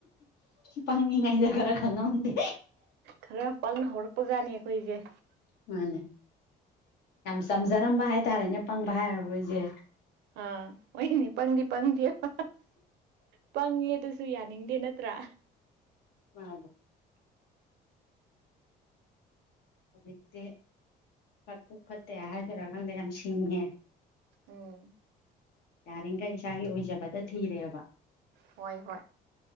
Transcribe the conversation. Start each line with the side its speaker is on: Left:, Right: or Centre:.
Left: ꯄꯪꯏꯉꯩꯏꯗ ꯈꯔ ꯈꯪꯉꯝꯗꯦ
Right: ꯈꯔ ꯄꯪꯅ ꯍꯧꯔꯛꯄꯖꯥꯠꯅꯤ ꯑꯩꯈꯣꯏꯁꯦ
Left: ꯃꯥꯅꯦ ꯌꯥꯝ ꯆꯝꯖꯔꯝꯕ ꯍꯥꯏꯇꯥꯔꯦꯅꯦ ꯄꯪꯕ ꯍꯥꯏꯔꯔꯣꯏꯖꯦ
Right: ꯑꯥ ꯑꯣꯏꯅꯤ ꯄꯪꯗꯤ ꯄꯪꯗꯦꯕ ꯄꯪꯉꯦ ꯑꯗꯨꯁꯨ ꯌꯥꯅꯤꯡꯗꯦ ꯅꯠꯇ꯭ꯔꯥ
Left: ꯃꯟꯅꯦ ꯍꯧꯖꯤꯛꯇꯤ ꯐꯠꯇꯨ ꯐꯠꯇꯦ ꯍꯥꯏꯗꯣꯏꯔꯥ ꯈꯪꯗ ꯌꯥꯝ ꯁꯤꯡꯉꯦ
Right: ꯎꯝ
Left: ꯌꯥꯔꯤꯈꯩ ꯏꯁꯥꯒꯤ ꯑꯣꯏꯖꯕꯗ ꯊꯤꯔꯦꯕ
Right: ꯍꯣꯏ ꯍꯣꯏ